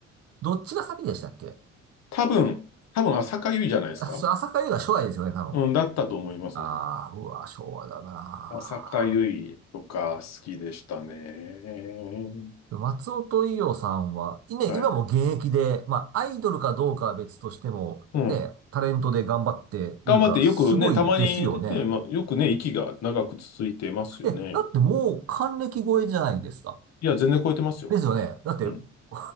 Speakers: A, on the right (about 50°); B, on the left (about 60°).
A: どっちが先でしたっけ
B: 多分、多分浅香唯じゃないですか
A: あそう浅香初代ですよね、多分。
B: うん、だったと思いますね。
A: ああ、うわ、昭和だなあ。
B: 浅香唯とか好きでしたね。
A: 松尾と伊代さんは、いね、
B: はい。
A: 今も現役で、まあ、アイドルかどうかは別としても、
B: うん。
A: ね、タレントで頑張っているから、
B: 頑張ってよくね、
A: すごいですよね。
B: たまに出て、まあ、よくね、息が長く続いてますよね。
A: え、だってもう還暦超えじゃないですか。
B: いや、全然超えてますよ。
A: ですよね。だって、
B: うん。
A: <laughs>